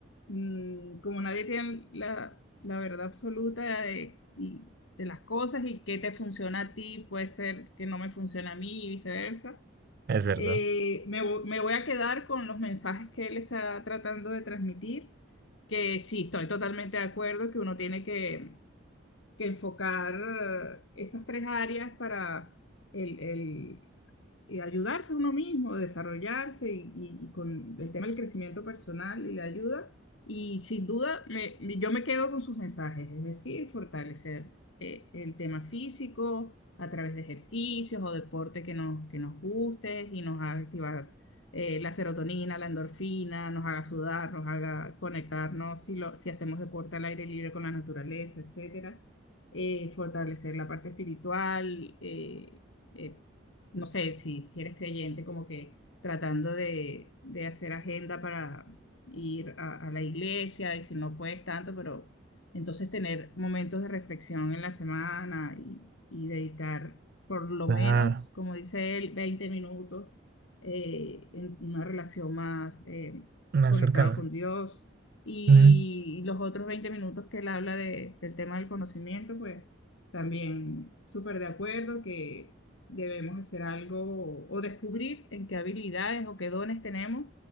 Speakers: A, on the left (about 75°); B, on the right (about 50°).
A: mm, como nadie tiene la, la verdad absoluta de, y- de las cosas y qué te funciona a ti, puede ser que no me funcione a mí y viceversa,
B: Es verdad.
A: Eh, me, vo- me voy a quedar con los mensajes que él está tratando de transmitir, que sí, estoy totalmente de acuerdo que uno tiene que, que enfocar eh, esas tres áreas para el, el- y ayudarse a uno mismo, desarrollarse y, y, y, con el tema del crecimiento personal y la ayuda. Y sin duda, me, yo me quedo con sus mensajes, es decir, fortalecer eh, el tema físico a través de ejercicios o deporte que nos, que nos guste y nos haga activar eh, la serotonina, la endorfina, nos haga sudar, nos haga conectarnos si, lo, si hacemos deporte al aire libre con la naturaleza, etcétera Eh, fortalecer la parte espiritual, eh, eh, no sé, si, si eres creyente, como que tratando de, de hacer agenda para ir a, a la iglesia y si no puedes tanto, pero entonces tener momentos de reflexión en la semana y, y dedicar por lo
B: Claro,
A: menos, como dice él, veinte minutos eh, en una relación más eh,
B: más
A: conectada
B: cercano.
A: con Dios. Y
B: Ujú.
A: los otros 20 minutos que él habla de- del tema del conocimiento, pues también súper de acuerdo que debemos hacer algo o descubrir en qué habilidades o qué dones tenemos